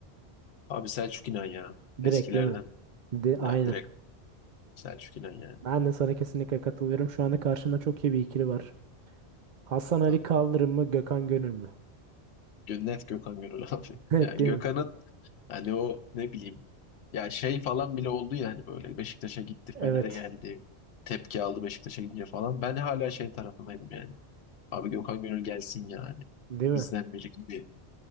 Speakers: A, on the left (about 75°); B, on the right (about 55°).
A: Abi Selçuk İnan ya.
B: Direkt
A: Eskilerden.
B: değil mi? De, aynen.
A: Ya direkt Selçuk İnan yani.
B: Ben de sana kesinlikle katılıyorum. Şu anda karşımda çok iyi bir ikili var. Hasan Ali
A: Tabii.
B: Kaldırım mı Gökhan Gönül mü? <laughs>
A: Gö- Net Gökhan Gönül <laughs> abi.
B: Evet
A: Yani
B: değil
A: Gökhan'ın
B: mi?
A: Hani o ne bileyim ya şey falan bile oldu yani böyle Beşiktaş'a gitti
B: Evet.
A: Fener'e geldi tepki aldı Beşiktaş'a gidince falan. Ben hala şey tarafındaydım yani. Abi Gökhan Gönül gelsin yani.
B: Değil mi?
A: Bizden biri gibi